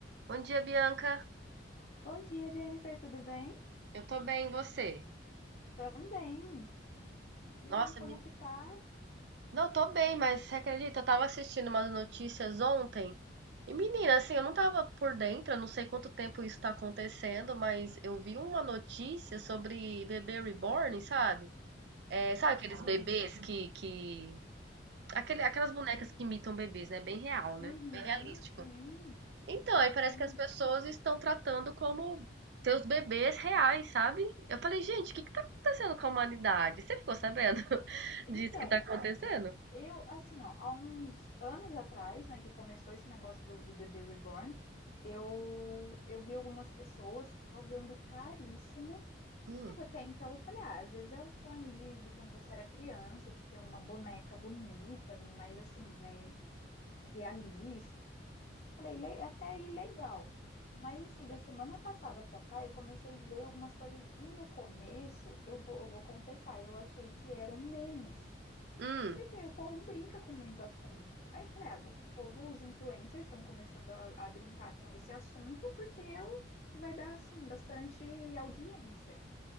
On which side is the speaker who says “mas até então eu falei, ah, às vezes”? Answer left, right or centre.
Left